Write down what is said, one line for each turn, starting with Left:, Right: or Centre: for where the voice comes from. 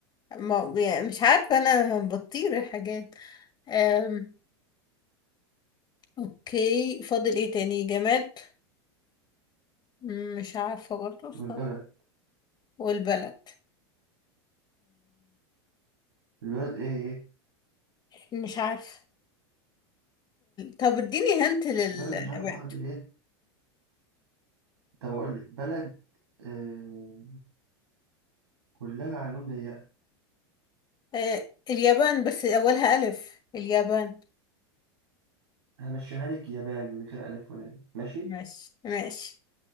Left: ما يعني مش عارفة انا بطير الحاجات آم اوكي فاضل ايه تاني جماد مش عارفة برضه استنى
Right: والبلد
Left: والبلد
Right: البلد ايه ايه
Left: مش عارفة طب اديني هنت للنبات
Right: بلد مش عارف حرف الياء طب اقول لك بلد آه كلها علوم ضيقة
Left: آه، اليابان بس أولها ألف اليابان
Right: همشيها لك يابان من غير ألف ولام ماشي
Left: ماشي ماشي